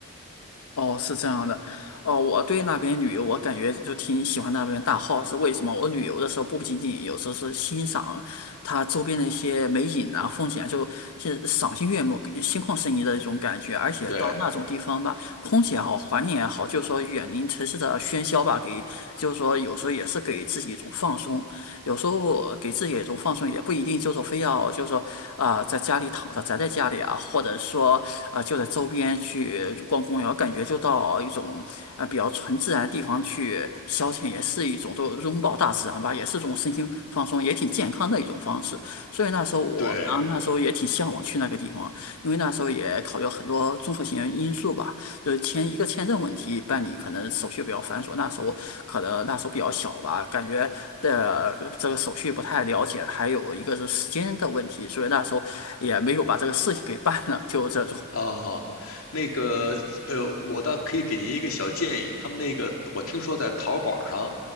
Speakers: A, on the left; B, on the left.
A: 哦，是这样的，哦，我对那边旅游，我感觉就挺喜欢那边大 h 是为什么？我旅游的时候不仅仅有时候是欣赏它周边的一些美景啊、风景啊，就是赏心悦目、给心旷神怡的一种感觉。而且到那种地方吧，
B: 对
A: 空气也好，环境也好，就是说远离城市的喧嚣吧，给就是说有时候也是给自己一种放松。有时候给自己一种放松，也不一定就是说非要就是说啊、在家里躺着宅在家里啊，或者说啊、就在周边去逛公园，感觉就到一种啊比较纯自然的地方去消遣，也是一种都拥抱大自然吧，也是一种身心放松，也挺健康的一种方式。所以那时候我啊，
B: 对
A: 那时候也挺向往去那个地方，因为那时候也考虑了很多综合性因素吧。就是签一个签证问题办理，可能手续比较繁琐。那时候可能那时候比较小吧，感觉的这个手续不太了解，还有一个是时间的问题，所以那时候也没有把这个事情给办了，就这种。
B: 哦，那个，呃，我倒可以给您一个小建议。他们那个，我听说在淘宝上